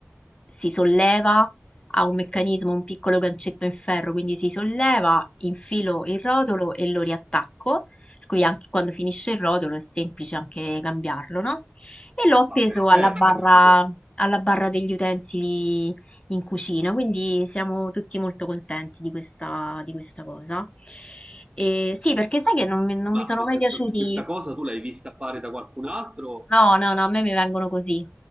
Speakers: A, on the left; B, on the right.
A: si solleva, ha un meccanismo, un piccolo gancetto in ferro, quindi si solleva, infilo il rotolo e lo riattacco. Per cui anche quando finisce il rotolo è semplice anche cambiarlo, no? E l'ho appeso
B: ma perfetta
A: alla barra,
B: questa cosa.
A: alla barra degli utensili in cucina, quindi siamo tutti molto contenti di questa, di questa cosa. E sì, perché sai che non, mi non
B: Ma
A: mi sono
B: nel
A: mai
B: senso,
A: piaciuti.
B: questa cosa tu l'hai vista fare da qualcun altro?
A: No, no, no, a me mi vengono così,